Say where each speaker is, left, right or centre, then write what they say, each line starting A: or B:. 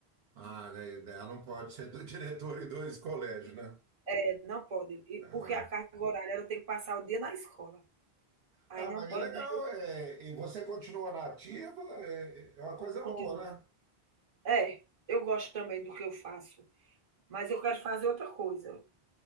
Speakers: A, on the right (about 75°); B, on the right (about 40°).
A: Ah, né, né, ela não pode ser do <laughs> diretor e dois colégios, né?
B: É, não pode, e
A: Ah,
B: porque a carga horária ela tem que passar o dia na escola. Aí
A: ah,
B: não
A: mas
B: pode
A: é legal.
B: de jeito
A: é, e você continua na ativa, é, é uma coisa
B: continua.
A: boa, né?
B: É, eu gosto também do que eu faço, mas eu quero fazer outra coisa.